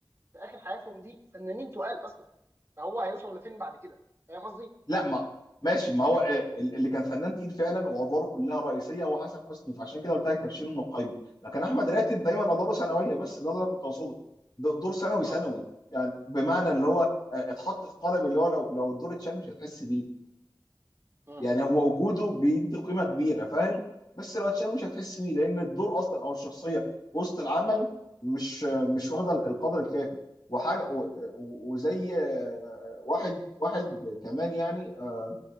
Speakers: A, on the right; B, on the left.
A: في اخر حياتهم دي فنانين تقال اصلا فهو هيوصل لفين بعد كده فاهم قصدي
B: لا ما ماشي ما هو آه، اللي كان فنان تقيل فعلا وادواره كلها رئيسيه هو حسن حسني فعشان كده قلت لك تبشيره من القايمه لكن احمد راتب دايما ادواره ثانويه بس ده اللي انا كنت اقصده د- دور ثانوي
A: اه
B: ثانوي يعني بمعنى اللي هو آه، اتحط في قالب اللي هو لو لو الدور اتشال مش هتحس بيه
A: امم
B: يعني هو وجوده بيدي قيمه كبيره فاهم بس لو اتشال مش هتحس بيه لان الدور اصلا او الشخصيه وسط العمل مش آه، مش واخده القدر الكافي وحاجه و- و- وزي آه، واحد واحد كمان يعني آه،